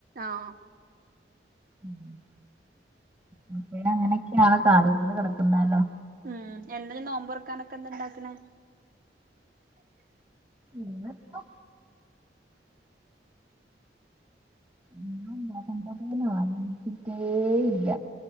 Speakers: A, on the right; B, on the right.
A: ആഹ്
B: ഉം <inaudible> <unintelligible> അങ്ങനെയൊക്കെയാണ് കാര്യങ്ങൾ നടക്കുന്നേ ല്ലേ
A: ഉം എന്താനി നോമ്പുറക്കാനൊക്കെ എന്താ ഇണ്ടാക്കണെ
B: ഇന്നിപ്പോ എന്താ ഇണ്ടാക്കണ്ടെത് ന്ന് ആലോചിച്ചിട്ടേയില്ല